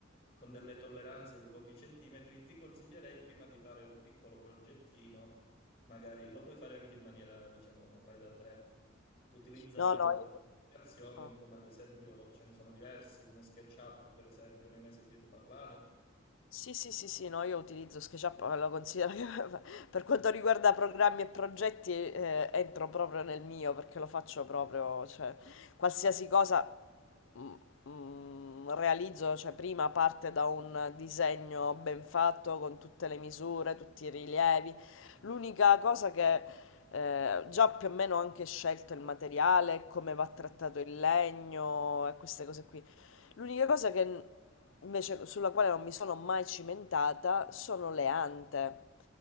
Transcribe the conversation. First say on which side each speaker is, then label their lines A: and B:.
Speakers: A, on the left; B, on the left.
A: con delle tolleranze di pochi centimetri, ti consiglierei prima di fare un piccolo progettino Magari lo puoi fare anche in maniera, diciamo, fai da te, utilizzando
B: No, no, io...
A: delle applicazioni
B: no.
A: come ad esempio ce ne sono diverse, come SketchUp, per esempio, ne hai mai sentito parlare?
B: Sì, sì, sì, sì, no, io utilizzo SketchUp, <laughs> ma lo considero che <laughs> per quanto riguarda programmi e progetti eh, entro proprio nel mio perché lo faccio proprio, cioè qualsiasi cosa mm, mm, realizzo, cioè prima parte da un disegno ben fatto con tutte le misure, tutti i rilievi. L'unica cosa che eh, già più o meno ho anche scelto il materiale, come va trattato il legno e queste cose qui. L'unica cosa che n- invece sulla quale non mi sono mai cimentata sono le ante.